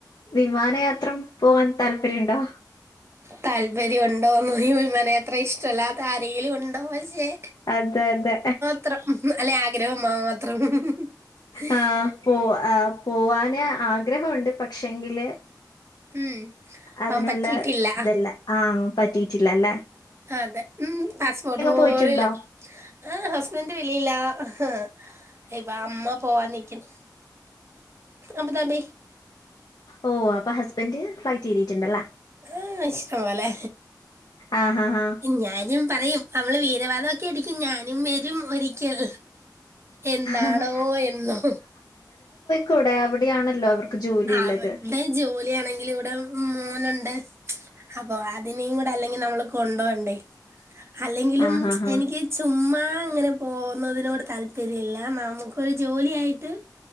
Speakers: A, on the left; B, on the right.
A: വിമാനയാത്ര പോവാൻ താല്പര്യംണ്ടോ
B: താല്പര്യംണ്ടോന്നു വിമന യാത്ര ഇഷ്ടല്ലാത്ത ആരെങ്കിലും ഉണ്ടോ മാഷേ
A: അതെ അതെ
B: അത്ര അല്ലെ ആഗ്രഹം മാത്രം മ് ഹ്
A: ആഹ്
B: ഹ്
A: പോ ആ പോവാന് ആഗ്രഹൊണ്ട് പക്ഷെങ്കില്
B: ഉം
A: അതിനുള്ള
B: അവൻ പറ്റിയിട്ടില്ല
A: ഇത്ല്ല ആഹ പറ്റിട്ടില്ല അല്ലേ
B: ആഹ് അതെ ഉം പാസ്പോർട്ട്പൊല്യൂല
A: പോയിട്ടുണ്ടോ
B: ആ ഹുസ്ബൻഡ് വെളിയില ആഹ്
A: ഉ
B: <unintelligible> അമ്മ പോവാൻ നിക്കുന്നു അബുദാബി
A: ഓ അപ്പൊ ഹസ്ബൻഡ് ഫ്ലൈറ്റ് കരിട്ട്ഉണ്ടേല്ല
B: ആ, ഇഷ്ടം പോലെ
A: അഹ് അഹ് അഹ്
B: ഞാനും പറയും നമ്മള് വീരവാദമൊക്കെ അടിക്കും ഞാനും വരും ഒരിക്കൽ എന്നാണോ
A: ആഹ്
B: എന്നോ
A: കൂടെ അവിടെയാണല്ലോ അവർക്ക് ജോലി ഉള്ളത്
B: അവിടെ ജോലിയാണെങ്കിൽ ഇവിടെ മോനുണ്ട് അപ്പൊ അതിനേ കൂടെ അല്ലെങ്കിൽ നമ്മള് കൊണ്ടോവണ്ടേ അല്ലെങ്കിലും
A: ആഹ് ആഹ് ആഹ്
B: എനിക്ക് ചുമ്മാ ഇങ്ങനെ പോകുന്നതിനോട് താല്പര്യം ഇല്ല നമുക്കൊരു ജോലിയായിട്ട്